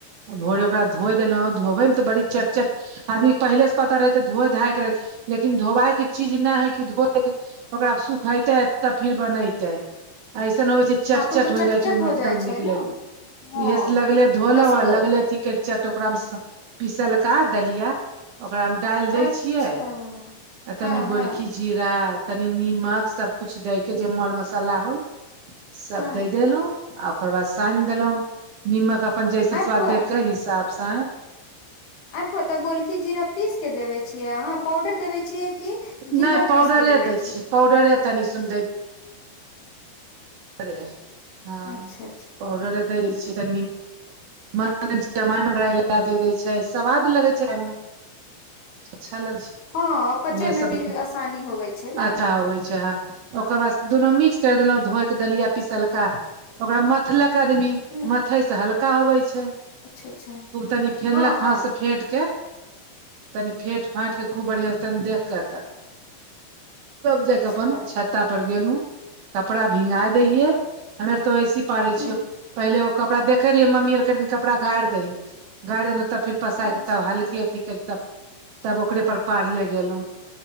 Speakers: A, on the right (about 65°); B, on the left (about 75°).
A: भोरे ओकरा धोइ देलहुँ धोबयमे तऽ बड़ी चट चट आदमीके पहिले से पता रहै तऽ धोए धायके रह लेकिन धोबायके चीज नहि है कि धोएके ओकरा सुखेतै तब फिर बनैते ऐसन न होइ छैय। चट
B: हँ तू
A: चट
B: तऽ
A: हो
B: चटचट
A: जाइ छैय ओ एकदम
B: जाइ छै
A: निकले
B: ने हँ
A: इहेसे लगले धोलव
B: लसगर
A: आ लगले थी क चट ओकरामे पिसलका दलिया ओकरामे डालि दै
B: अच्छा
A: छियै आ
B: हँ
A: तनि
B: हँ
A: गोलखी जीरा तनि नीमक सबकुछु दै के जे मर मसाला होल सब
B: हँ
A: दै देलहुँ आ ओकर बाद सान देलहु निमक अपन जैस
B: आबि
A: स्वादके
B: हुआ
A: हिसाबसँ
B: <unintelligible> गोलकी जीरा पीस के देबै छीयै अहां पाउडर देबै छियै कि
A: नहि
B: गिलर
A: पाउडरे
B: पीसके देबै
A: दै
B: छियै?
A: पाउडरे तनि सुन <unintelligible>
B: अच्छा अच्छा
A: पाउडर दै <unintelligible> जरा लगा द दै छै स्वाद लगैत छै एहिमे <unintelligible>
B: <inaudible>
A: अच्छा लगै छै
B: हँ पचय
A: उहै
B: मे
A: सब
B: भी आसानी होवे छै ने
A: अच्छा होइ छै ओकर बाद दुनू मिक्स कर देलहुं धोइ के दलिया पीसलका ओकरा मथलक आदमी
B: ह
A: मथइ से हल्का होबै छै
B: अच्छा अच्छा
A: खूब तनी फेनलक
B: हँ हँ
A: हाथ से फेट कै तनी फेट फाटकै खूब बढ़िया से तनी देखतऽ तब जाक
B: अच्छा
A: अपन छत्ता पर गेलहु कपड़ा भींगा दै हियै हमेर तो ओहिसँ पाड़य
B: ह
A: छियो पहिले ओ कपड़ा देखे रहियै मम्मी आर दिन कपड़ा गारि दहि है गारि देेल तब फिर पसायर
B: अच्छा
A: के तब हल्की अथी कर तब ओकरे पर पार ले गेलहु